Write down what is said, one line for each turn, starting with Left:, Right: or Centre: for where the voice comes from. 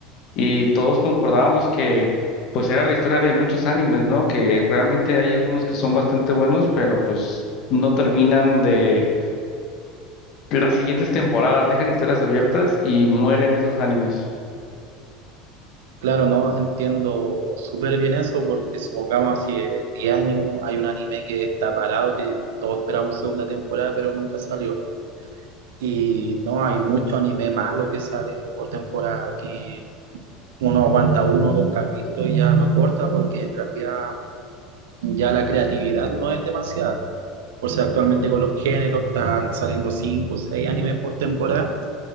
Left: y todos concordábamos que pues era la historia de muchos animes, ¿no? Que realmente hay algunos que son bastante buenos, pero pues no terminan de las siguientes temporadas, dejan historias abiertas y mueren esos animes.
Right: Claro, no entiendo súper bien eso porque supongamos hace 10 años hay un anime que está parado, que todos esperamos segunda temporada, pero nunca salió. Y no hay mucho anime malo que sale por temporada, que uno aguanta uno o dos capítulos y ya lo corta porque en realidad ya la creatividad no es demasiada. Por si actualmente con los géneros están saliendo cinco o seis animes por temporada